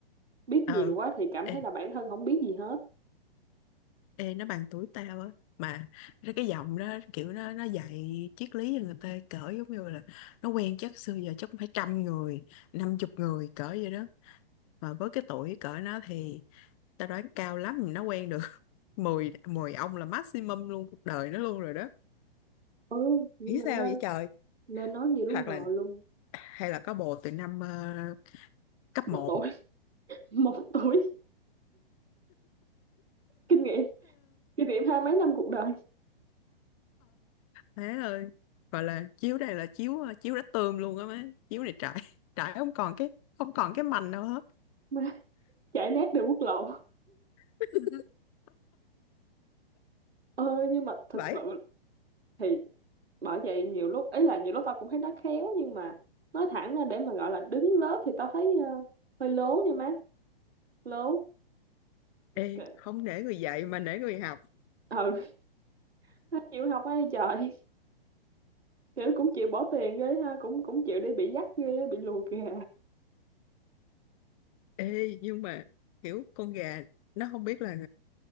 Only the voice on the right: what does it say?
biết
nhiều quá thì cảm
thấy là bản thân không biết gì hết
ừ vậy
mà
lên
lên nói như đúng
rồi
luôn
một tuổi <laughs> một tuổi kinh nghiệm kinh nghiệm hai mấy năm cuộc đời
mà <laughs> chạy nát đường quốc lộ
ờ nhưng mà thật
sự thì bởi vậy nhiều lúc ấy là nhiều lúc tao cũng thấy nó khéo nhưng mà nói thẳng ra để mà gọi là đứng lớp thì tao thấy ờ, hơi lố nha má lố
Kệ.
ừ <laughs> nó chịu học ấy trời kiểu cũng chịu bỏ tiền ghê ha cũng cũng chịu đi bị dắt ghê á, bị lùa kìa